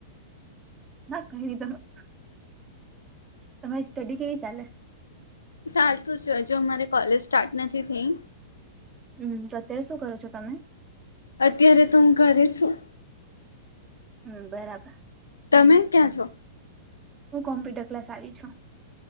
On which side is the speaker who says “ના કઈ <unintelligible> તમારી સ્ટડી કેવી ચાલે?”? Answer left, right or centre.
Right